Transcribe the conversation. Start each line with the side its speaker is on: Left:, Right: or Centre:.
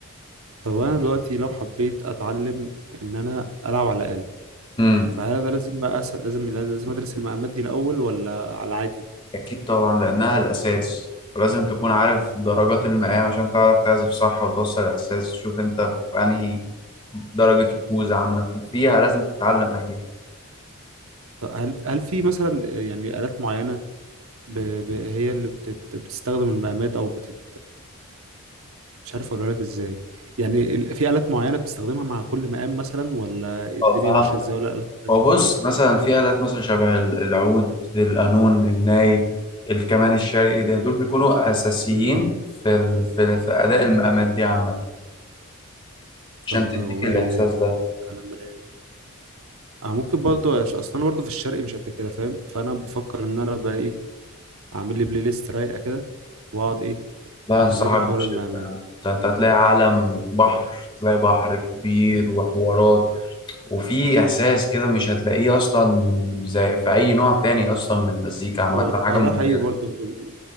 Right: طب انا دلوقتي لو حبيت اتعلم ان انا العب على آلة
Left: امم
Right: فهل انا لازم بقى أسأل لازم لازم ادرس المقامات دي الاول ولا على عادي
Left: أكيد طبعا لأنها الأساس ولازم تكون عارف درجات
Right: مم.
Left: المقام عشان تعرف تعزف صح وتوصل الإحساس شوف أنت في أنهي درجة ركوز عامة فيها لازم تتعلم أكيد
Right: طب هل هل في مثلا يعني آلات معينة ب... ب... هي اللي بتت... بتستخدم المقامات او بتت مش عارف اقولها لك ازاي يعني ال- في آلات معينة بتستخدمها مع كل مقام مثلا ولا الدنيا
Left: أه، فهمتك.
Right: ماشية ازاي ولا آلات مالهاش
Left: هو بص
Right: دعوة؟
Left: مثلا في آلات مثلا شبه ال- العود القانون الناي الكمان الشرقي ده دول بيكونوا أساسيين
Right: مم.
Left: في ال... في, ال- في أداء المقامات دي عامة عشان
Right: طب
Left: تديك
Right: ده والله
Left: الإحساس
Right: كلام
Left: ده
Right: كلام رايق. اه ممكن برضه عشان اصلا برضه في الشرق مش قد كده فاهم فانا بفكر ان انا بقى ايه اعمل لي بلاي ليست رايقه كده واقعد ايه
Left: لا أنصحك
Right: اذاكر حوار
Left: بشدة
Right: المقامات
Left: يعني أنت أنت هتلاقي عالم بحر تلاقي بحر كبير وحوارات وفي إحساس كده مش هتلاقيه أصلا زي في أي نوع تاني أصلا من المزيكا عامة
Right: هو ده
Left: حاجة
Right: هو
Left: مميزة
Right: ده حقيقي برضه ال- ال-